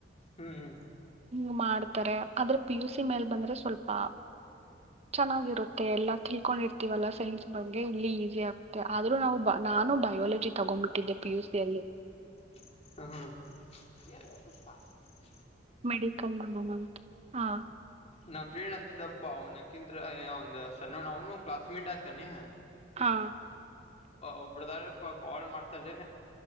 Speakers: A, on the left (about 35°); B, on the right (about 35°).
A: ಹ್ಮ್ ಹ್ಮ್
B: ಹ ಮಾಡ್ತಾರೆ ಆದ್ರೆ ಪಿ ಯು ಸಿ ಮೇಲ್ ಬಂದ್ರೆ ಸ್ವಲ್ಪ ಚೆನ್ನಾಗಿರುತ್ತೆ ಎಲ್ಲಾ ತಿಳ್ಕೊಂಡಿರ್ತೀವಲ್ಲ ಸೈನ್ಸ್ ಬಗ್ಗೆ ಇಲ್ಲಿ ಈಸಿ ಆಗ್ ಆದ್ರೂ ನಾವು ನಾನು ಬಯೋಾಲಜಿ ತಗೊಂಡ್ಬಿಟ್ಟಿದ್ದೆ ಪಿ ಯುಸಿಯಲ್ಲಿ
A: ಹ ಹ
B: ಮೆಡಿಕಲ್ ಹಾ
A: ನಮ್ಮ ಫ್ರೆಂಡ್ ಅಂತಿದ್ದಪ್ಪ ಅವ್ನ ಅಕಿಂತತ್ರ ಒಂದ ಸಣ್ಣ ಅವನು ಕ್ಲಾಸ್ ಮೇಟ್ ಆಗ್ತಾನೆ
B: ಹಾ
A: ಒಬ್ರದಾರ ಕಾಲ್ ಮಾಡ್ತಾರೀ